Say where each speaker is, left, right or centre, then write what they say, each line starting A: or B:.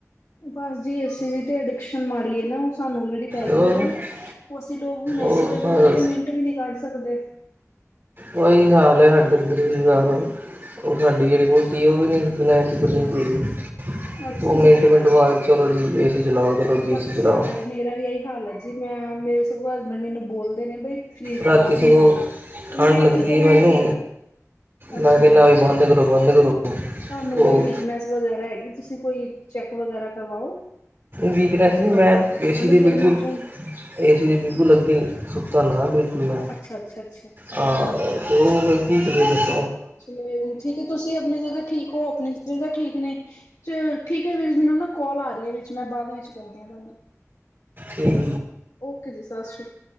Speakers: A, on the left (about 75°); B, on the right (about 45°).
A: ਬਸ ਜੀ ਐ ਸੀ ਦੀ ਤੇ ਅਡਿਕਸ਼ਨ ਮਾੜੀ ਏ ਨਾ। ਔ ਸਾਨੂੰ ਜੇੜੀ ਪੈ
B: ਉਹ
A: ਗਈ ਏ ਨਾ ਔਸ ਲੋਕ ਹੁਣ ਏ
B: ਉਹ
A: ਸੀ ਦੇ
B: ਪਰ
A: ਬਿਨਾਂ ਤੇ ਮਿੰਟ ਵੀ ਨਹੀਂ ਕੱਢ ਸਕਦੇ।
B: ਔਹੀ ਹਾਲ ਏ ਹਾਡੇ ਏਧਰ। <unintelligible> ਔ ਸਾਡੀ ਜਿਹੜੀ ਵੋਂਟੀ ਏ ਔ ਵੀ ਨਹੀਂ ਬੀਨਾ ਏ ਸੀ ਤੋਂ ਰੇਂਦੀ ਹੇਗੀ।
A: ਅੱਛਾ
B: ਔ
A: ਜੀ
B: ਮਿੰਟ-ਮਿੰਟ ਬਾਦ ਚਲੋ ਜੀ ਏ ਸੀ, ਚਲੋ ਜੀ
A: ਬਸ
B: ਏ ਸੀ ਚਲਾਔ।
A: ਸਾਡਾ ਮੇਰਾ ਵੀ ਇਹੀ ਹਾਲ ਹੈ ਜੀ ਮੈਂ ਮੇਰੇ ਸਗੋਂ ਹਸਬੈਂਡ ਮੈਨੂੰ ਬੋਲਦੇ ਨੇ ਬਈ ਸ਼ਰੀਰ
B: ਰਾਤੀ
A: ਖ਼ਰਾਬ
B: ਸਗੋਂ
A: ਹੁੰਦਾ ਏ। ਪਰ
B: ਠੰਡ
A: ਮੈਂ
B: ਲੱਗਦੀ
A: ਕੀ ਕਰਾਂ
B: ਹੈ ਮੈਨੂੰ
A: ਮੇਰਾ ਅੱਛਾ
B: ਮੈਂ ਕਹਿਣਾ
A: ਜੀ
B: ਵੀ ਬੰਦ ਕਰੋ ਬੰਦ ਕਰੋ।
A: ਤੁਹਾਨੂੰ ਫੇਰ
B: ਉਹ
A: ਵੀਕਨੈਸ ਵਗੈਰਾ ਹੈਗੀ, ਤੁਸੀਂ ਕੋਈ ਚੈੱਕ ਵਗੈਰਾ ਕਰਵਾਔ।
B: ਵੀਕਨੈਸ ਨਹੀਂ, ਮੈਂ ਏ ਸੀ ਦੀ ਬਿਲਕੁਲ,
A: ਗਰਮੀ ਚ
B: ਏ ਸੀ ਦੀ ਬਿਲਕੁਲ ਅੱਗੇ ਸੁੱਤਾ ਨਾ ਬਿਲਕੁਲ ਮੈਂ,
A: ਅੱਛਾ ਅੱਛਾ ਅੱਛਾ
B: ਹਾਂ ਔਰ ਫੇ ਕੀ ਕਰੀ <unintelligible>
A: ਚਲੋ ਇਹ ਵੀ ਠੀਕ ਏ ਤੁਸੀਂ ਆਪਣੀ ਜਗ੍ਹਾ ਠੀਕ ਹੋ ਆਪਣੀ ਜਗ ਚਲੋ ਠੀਕ ਏ ਨੇ ਚਲੋ ਠੀਕ ਹੈ ਫੇਰ ਮੈਨੂੰ ਨਾ ਕਾਲ ਆ ਰਹੀ ਏ ਵਿੱਚ। ਮੈਂ ਬਾਅਦ ਵਿੱਚ ਕਰਦੀ ਹਾਂ ਤੁਹਾਨੂੰ।
B: ਠੀ
A: ਔ ਕੇ ਜੀ, ਸੱਸ ਸ਼੍ਰੀ